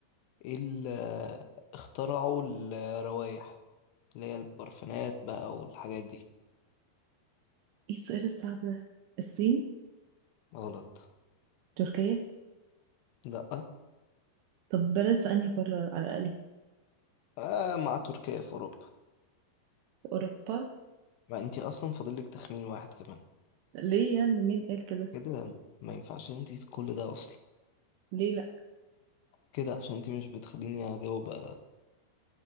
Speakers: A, on the left; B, on the right.
A: ايه اللي اخترعوا الروايح اللي هي البرفانات بقى والحاجات دي
B: ايه السؤال الصعب ده الصين
A: غلط
B: تركيا
A: لا
B: طب بلد في انهي قارة على الاقل
A: آه مع تركيا في اوروبا
B: في اوروبا
A: ما انتي اصلا فاضلك تخمين واحد كمان
B: ليه يعني مين قال كده
A: كده ما ينفعش ان انتي كل ده اصلا
B: ليه لا
A: كده عشان انتي مش بتخليني اجاوب بقى